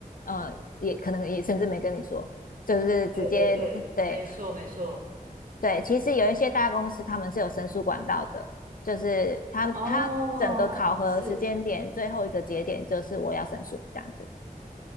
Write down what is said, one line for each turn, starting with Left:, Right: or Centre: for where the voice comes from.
Left: 呃也可能也甚至没跟你说。就是直接对
Right: 对对对，没错没错。
Left: 对，其实有一些大公司他们是有申诉管道的，就是他他整个考核时间点最后一个节点就是我要申诉这样子。
Right: 哦，是